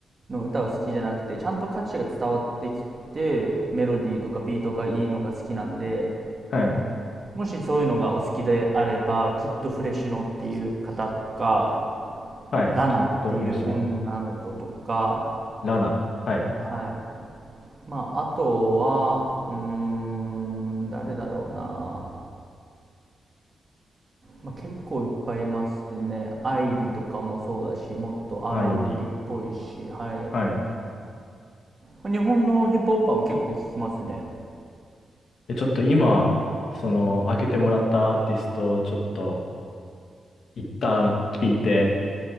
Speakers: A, on the right; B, on the left.
A: の歌は好きじゃなくて、ちゃんと歌詞が伝わってきて、メロディーとかビートがいいのが好きなんで、
B: はい。
A: もしそういうのがお好きであれば、きっとフレシノっていう方とか、
B: はい。
A: ラナっていう女の子とか、
B: きっとフレッシュの。ラナ。はい。
A: はい。まあ、あとは、うーん、誰だろうな。まあ、結構いっぱいいますね。アイリとかもそうだし、もっと
B: アイディ。
A: R&B っぽいし、はい。
B: はい。
A: まあ日本のヒップホッパーも結構聞きますね。
B: で、ちょっと今、その、開けてもらったアーティストをちょっと、一旦聞いて、